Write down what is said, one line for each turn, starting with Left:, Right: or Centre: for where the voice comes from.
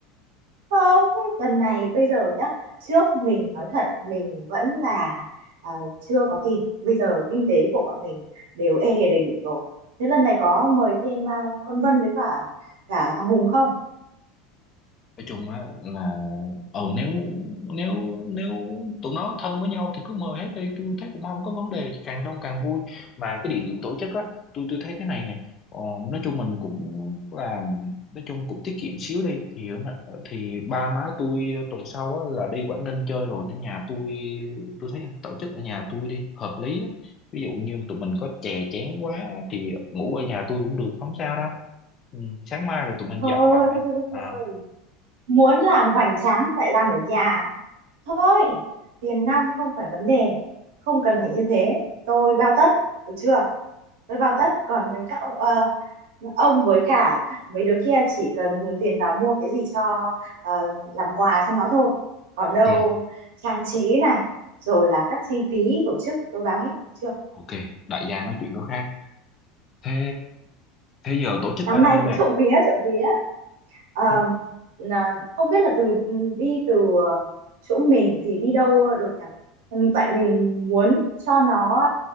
Right: Không, lần này bây giờ nhá, trước mình nói thật mình vẫn là à, chưa có tiền. Bây giờ kinh tế của bọn mình đều ê hề đầy đủ rồi. Thế lần này có mời thêm à, con Vân với cả cả thằng Hùng không?
Left: nói chung á là ờ nếu nếu nếu tụi nó thân với nhau thì cứ mời hết đi tôi thấy cũng không có vấn đề càng đông càng vui mà cái địa điểm tổ chức á tôi tôi thấy cái này nè ờ, nói chung mình cũng làm nói chung cũng tiết kiệm xíu đi thì thì ba má tôi tuần sau á là đi Quảng Ninh chơi rồi nên nhà tôi tôi thấy tổ chức ở nhà tôi đi hợp lý đó. ví dụ như tụi mình có chè chén quá thì ngủ ở nhà tôi cũng được không sao đâu ừ, sáng mai rồi tụi mình
Right: Thôi,
Left: dọn lại
Right: thôi, thôi, thôi,
Left: à.
Right: thôi. Muốn làm hoành tráng như vậy làm ở nhà. Thôi, tiền nong không phải vấn đề. Không cần phải như thế. Tôi bao tất, được chưa? Tôi bao tất. Còn các ông, ờ, ông với cả mấy đứa kia chỉ cần hùn tiền vào mua cái gì cho ờ, làm quà cho nó thôi còn
Left: ok
Right: đâu trang trí này rồi là các chi phí tổ chức tôi báo hết chưa
Left: ok đại gia nói chuyện có khác thế thế giờ tổ chức
Right: năm
Left: ở đâu
Right: nay cũng
Left: nè
Right: trộm vía trộm vía Ờ,
Left: Thế
Right: là- không biết là từ ừ, đi từ ờ, chỗ mình thì đi đâu được nhỉ Ừ, vậy mình muốn cho nó